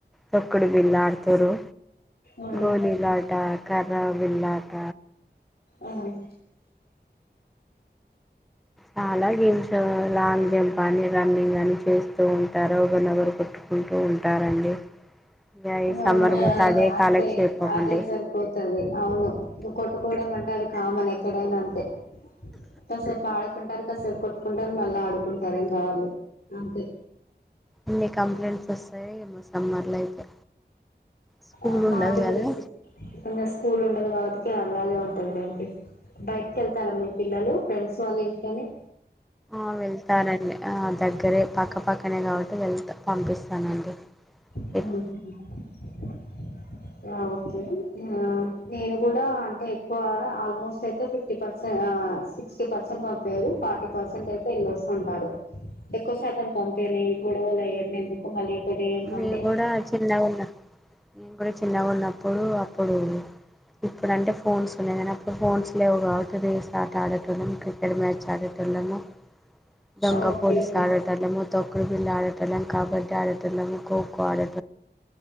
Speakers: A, in the centre; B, on the left (about 65°).
A: తొక్కుడు బిల్ళ ఆడుతుంర్రు.
B: అవును
A: గోలీ లాట, కర్ర బిల్లాట
B: అవున్
A: చాలా గేమ్స్ లాంగ్ జంప్ అని రన్నింగ్ అని చేస్తూ ఉంటారు, ఒకరినొగరుకొట్టు కుంటూ ఉంటారండి. ఇక ఈ
B: ఆ
A: సమ్మర్
B: మ
A: మొత్తం అదే
B: అంతే
A: కాలక్షేపం
B: అదే
A: అండి
B: సరిపోతది. అవును కొట్టుకోడమమంటే అది కామన్ ఎక్కడైన అంతే. కాసేపు ఆడుకుంటరు, కాసేపు కొట్టుకుంటరు మళ్ళ ఆడుకుంటారు ఇంగా వాళ్ళు అంతే.
A: ఎన్ని కంప్లైంట్స్ వస్తయి ఏమో సమ్మర్ల అయితే. స్కూల్
B: ఆ మాది
A: ఉండదు కదా
B: గుడసే <inaudible> స్కూల్ ఉండదు కాబట్టికి అలాగే ఉంటదిలేండి బయటికి వెళ్తరా మీ పిల్లలు ఫ్రెండ్స్ వాళ్ళ ఇంటికి అని.
A: ఆ వెళ్తారండి ఆ దగ్గరే పక్కపక్కనే కాబట్టి వెళ్తా పంపిస్తానండి.
B: ఆహా
A: ఎక్
B: ఆ ఓకే ఆ నేను కూడా అంటే ఎక్కువ ఆల్మోస్ట్ అయితే ఫిఫ్టీ పర్సెంట్ ఆ సిక్స్టీ పర్సెంట్ పంపియరు, ఫార్టీ పర్సెంట్ అయితే ఎల్ళొస్తుంటారు. ఎక్కువ శాతం పంపియను, ఈ గొడవలు అయ్యి అన్నీ ఎందుకు మళ్ళీ ఇంకోటి ఎంటం
A: మేము కూడా చిన్నగా ఉన్న నేను కూడా చిన్నగా ఉన్నప్పుడు అప్పుడు ఇప్పుడంటే ఫోన్స్ ఉన్నయి కానీ అప్పుడు ఫోన్స్ లేవు కాబట్టి రేస్ ఆట ఆడే టోళ్ళం, క్రికెట్ మ్యాచ్ ఆడేటోళ్ళము. దొంగా
B: ఓకే
A: పోలీస్
B: ఓకే
A: ఆడేటోల్లము, తొక్కుడు బిల్ల ఆడేటోల్లము, కబడ్డీ ఆడేటోల్లము ఖోఖో ఆడే